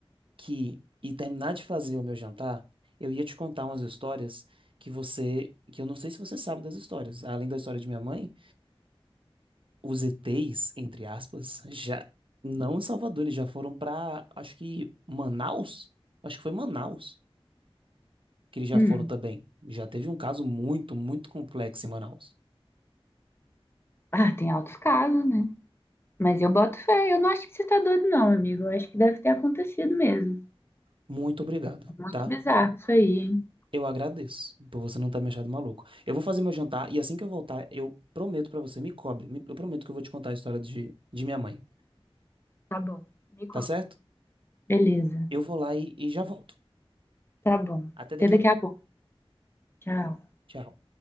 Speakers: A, on the right (about 60°); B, on the left (about 25°).
A: que ir terminar de fazer o meu jantar, eu ia te contar umas histórias que você, que eu não sei se você sabe das histórias. Além da história de minha mãe, os ETs, entre aspas, <laughs> já não em Salvador, eles já foram pra, acho que Manaus? Acho que foi Manaus. que eles já
B: Hum,
A: foram também. Já teve um caso muito, muito complexo em Manaus.
B: ah, tem altos casos, né? Mas eu boto fé, eu não acho que você tá doido, não, amigo. Eu acho que deve ter acontecido mesmo.
A: Muito obrigado,
B: É Muito
A: tá?
B: bizarro isso aí, hein?
A: Eu agradeço por você não ter me achado maluco. Eu vou fazer meu jantar e assim que eu voltar, eu prometo pra você, me cobre, me- eu prometo que eu vou te contar a história de, de minha mãe,
B: Tá bom, me contem.
A: tá certo?
B: Beleza,
A: Eu vou lá e e já volto.
B: tá bom.
A: Até
B: Até
A: daqui
B: daqui
A: a pouco.
B: a pouco. Tchau.
A: Tchau.